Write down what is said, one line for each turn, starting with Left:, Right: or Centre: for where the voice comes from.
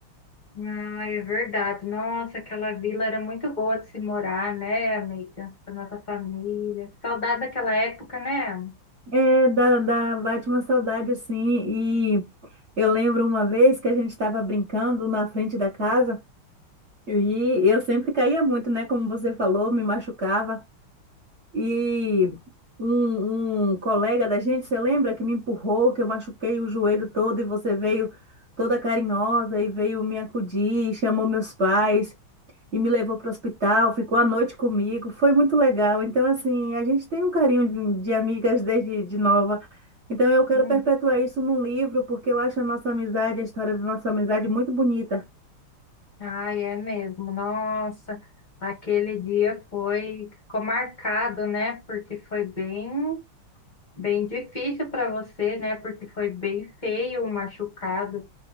Left: Ah, é verdade. Nossa, aquela vila era muito boa de se morar, né, amiga? Com a nossa família. Saudade daquela época, né?
Right: É, dá, dá, bate uma saudade assim. E eu lembro uma vez que a gente estava brincando na frente da casa e eu sempre caía muito, né? Como você falou, me machucava. E um, um colega da gente, você lembra que me empurrou, que eu machuquei o joelho todo e você veio toda carinhosa e veio me acudir, chamou meus pais e me levou para o hospital, ficou a noite comigo, foi muito legal. Então, assim, a gente tem um carinho de, de amigas desde de nova. Então, eu quero
Left: Hum.
Right: perpetuar isso num livro, porque eu acho a nossa amizade, a história da nossa amizade muito bonita.
Left: Ai, é mesmo. Nossa, aquele dia foi, ficou marcado, né? Porque foi bem, bem difícil para você, né? Porque foi bem feio o machucado,